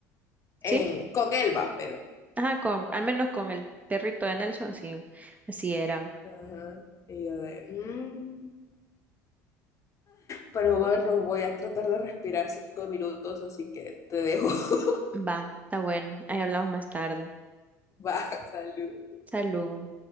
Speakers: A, on the left; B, on the right.
A: En,
B: sí,
A: con él pero.
B: ajá, con, al menos con el perrito de Nelson, sí, así era.
A: Ajá. Y yo de, "Mm". Pero bueno, voy a tratar de respirar cinco minutos, así que te dejo. <laughs>
B: Va, está bueno, ahí hablamos más tarde.
A: Va, salud.
B: Salud.